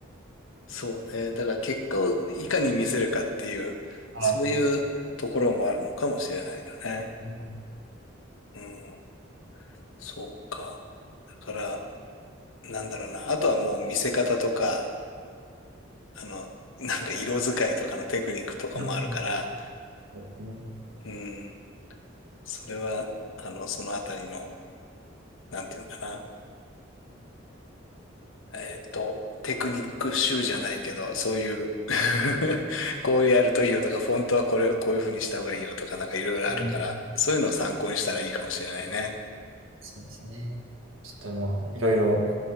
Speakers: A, on the left; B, on the right.
A: そうね。だから結果をいかに見せるかっていう、
B: はい。
A: そういうところもあるのかもしれないよね。
B: うん
A: うん。そうか。だから、なんだろうな。あとはもう見せ方とか、あの、<laughs> なんか色使いとかのテクニックとかもあるから、
B: うんそうですね。
A: うん。それは、あの、そのあたりの、なんていうのかな。えっと、テクニック集じゃないけど、そういう <laughs> こういうやるといいよとか、フォントはこれ、こういう風にした方がいいよとか、なんかいろいろあるから、
B: うん
A: そういうのを参考にしたらいいかもしれないね。
B: そうですねちょっともう、いろいろ。